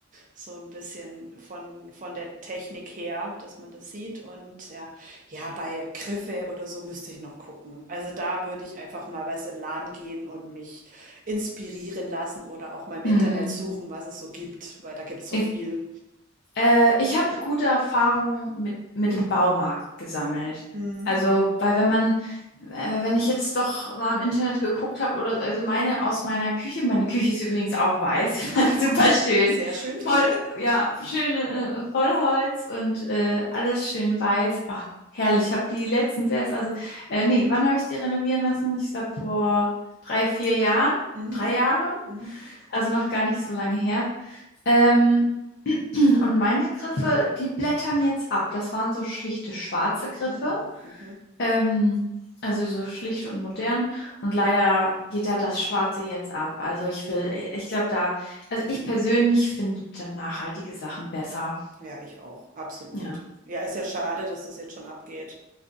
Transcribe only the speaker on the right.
so ein bisschen von von der Technik her, dass man das sieht und ja. Ja, bei Griffe oder so müsste ich noch gucken. Also, da würde ich einfach mal, weißt du, in 'n Laden gehen und mich inspirieren lassen oder auch mal im
Internet suchen, was es so gibt, weil da gibt es so
viel.
Mhm.
Sehr schön.
<laughs>
Mhm.
Mhm.
Mhm. Mhm.
Hm.
Ja, ich auch, absolut.
Ja, ist ja schade, dass das jetzt schon abgeht.